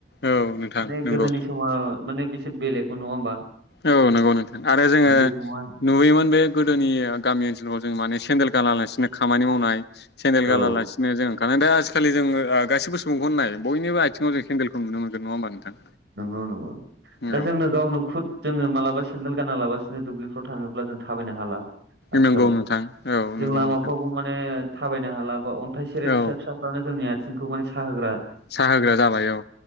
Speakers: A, on the left; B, on the right.
A: औ नोंथां
B: माने
A: नंगौ
B: गोदोनि समाव माने बेसे बेलेगबो नङा होमबा
A: औ नंगौ नोंथां आरो जोङो
B: उन्दै समावहाय
A: नुबोयोमोन बे गोदोनि गामि ओनसोलफ्राव जों माने सेन्देल गालासिनो खामानि मावनाय सेन्देल
B: औ
A: गानालासिनो जों दानाथ' आजिखालि ओ जोङो गासैबो सुबुंखौनो नाय बयनिबो आथिङाव जों केन्देलखौ नुनो मोनगोन नङा होमबा नोंथां
B: नंगौ नंगौ
A: औ
B: दा जोंनो गावनो खुद जोङो मालाबा सेन्देल गानालासिनो दुब्लिफ्राव थाङोब्ला जों थाबायनो हाला आथिखालाव
A: नंगौ नोंथां औ
B: जों
A: नंगौ
B: लामाफ्रावबो
A: नोंथां
B: माने थाबायनो हाला बा अन्थाइ सेरेब
A: औ
B: फिसा फिसाफ्रानो जोंनि आथिंखौ माने साहोग्रा
A: साहा होग्रा जाबाय औ